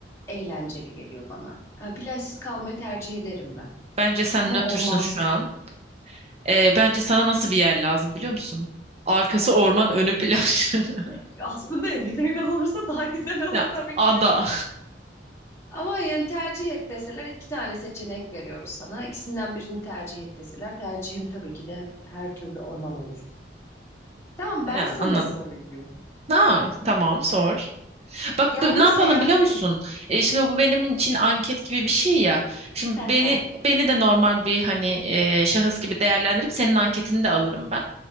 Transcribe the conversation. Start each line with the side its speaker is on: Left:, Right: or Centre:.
Left: eğlenceli geliyor bana. Yani plajsız kalmayı tercih ederim ben.
Right: Bence sen
Left: Ama
Right: nötrsün
Left: ormansız
Right: şu an.
Left: değil.
Right: Ee, bence sana
Left: Ay,
Right: nasıl bir yer lazım biliyor musun? Arkası orman önü plaj. <laughs>
Left: <laughs> aslında evet öyle olursa daha güzel olur
Right: Ya
Left: tabii
Right: ada.
Left: ki de. Ama yani tercih et deseler iki tane seçenek veriyoruz sana. İkisinden birini tercih et deseler tercihim tabii ki de her türlü orman olur. Tamam
Right: Ya,
Left: ben sana
Right: anladım.
Left: sorayım.
Right: Ha, tamam sor. Bak
Left: Yalnız
Right: bu- ne yapalım
Left: seyahat
Right: biliyor
Left: mi?
Right: musun? E, şimdi bu benim için anket gibi bir şey ya. Şimdi
Left: Hı hı.
Right: beni beni de normal bir hani e, şahıs gibi değerlendirip senin anketini de alırım ben.